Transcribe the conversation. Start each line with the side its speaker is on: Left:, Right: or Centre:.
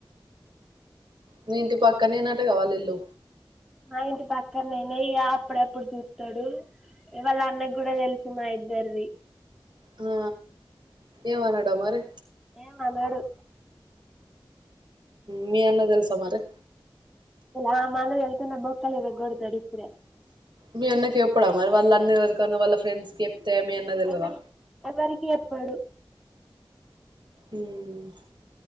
Right: మీ ఇంటి పక్కనేనటగా వాళ్ళ ఇల్లు
Centre: మా ఇంటి పక్కన నేనే ఇగా అప్పుడెప్పుడు చూస్తాడు వాళ్ళ అన్నకి గూడా తెలుసు మా ఇద్దరిది
Right: ఆ ఏమనడా మరి
Centre: ఏం అనడు
Right: మీ అన్న తెలుసా మరి
Centre: ఆ మా అన్నకి తేలిస్తే నా బోక్కలు ఇరగోడ తాడు ఇప్పుడే
Right: మీ అన్నకి చేప్పడా మరి వాళ్ళ అన్నిన్నా వాళ్ళ ఫ్రెండ్స్కి తే మీ అన్నకి తెలువదా
Centre: ఎవరి ఎవరికి చెప్పడు
Right: ఉమ్